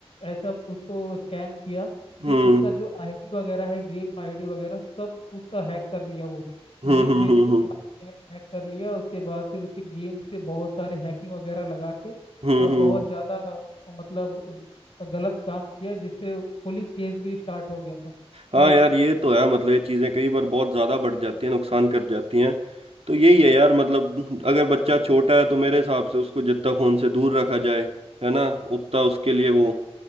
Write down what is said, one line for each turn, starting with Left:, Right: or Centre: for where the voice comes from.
Left: ऐसा उसको स्कैम किया
Right: हम्म
Left: कि उसका जो आईडी वगैरह है गेम आईडी वगैरह सब उसका हैक कर लिया वो
Right: हम्म
Left: लिंक
Right: हम्म
Left: भेज
Right: हम्म
Left: के
Right: हम्म हम्म,
Left: हैक हैक कर लिया उसके बाद फिर उसके गेम से बहुत सारे हैकिंग वगैरह लगा के
Right: हम्म,
Left: और
Right: हम्म।
Left: बहुत ज़्यादा मतलब गलत काम किया जिससे पुलिस केस भी स्टार्ट हो गया था
Right: हाँ
Left: तो इस
Right: यार ये तो है मतलब ये चीजें कई बार बहुत ज्यादा बढ़ जाती हैं नुकसान कर जाती हैं तो यही है यार मतलब अगर बच्चा छोटा है तो मेरे हिसाब से उसको जितना फोन से दूर रखा जाए है ना उतना उसके लिए वो